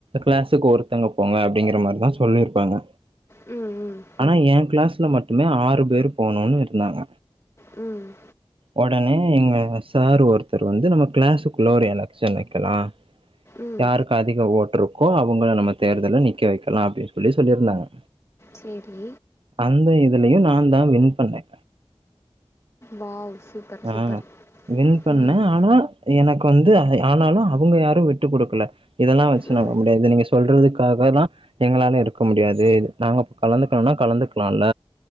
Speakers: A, on the right; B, on the left.
A: கிளாஸ் பத்துக்கு ஒருத்தங்க போங்க அப்படிங்கிற மாரிதா சொல்லியிருப்பாங்க
B: ம் ம்
A: ஆனா ஏ கிளாஸ்ல மட்டுமே ஆறு பேர் போனுன்னு இருந்தாங்க
B: ம்
A: ஒடனே எங்க சார் ஒருத்தர் வந்து நம்ம கிளாஸுக்குள்ள ஒரு எலெக்ஷன் வைக்கலா
B: ம்
A: யாருக்கு அதிக ஓட்டுருக்கோ அவங்கள நம்ம தேர்தல நிக்க வைக்கலா அப்படின்னு சொல்லி சொல்லியிருந்தாங்க
B: செரி
A: அந்த இதுலயு நா தா வின் பண்ணே
B: வாவ் சூப்பர் சூப்பர்
A: ஆ வின் பண்ணே
B: ம்
A: ஆனா எனக்கு வந்து ஆனாலு அவுங்க யாரு விட்டு குடுக்கல இதெல்லா வச்சுலா
B: ம்
A: முடியாது நீங்க சொல்றதுக்காக தா எங்களால இருக்க முடியாது நாங்க கலந்துக்கணுனா கலந்துக்லால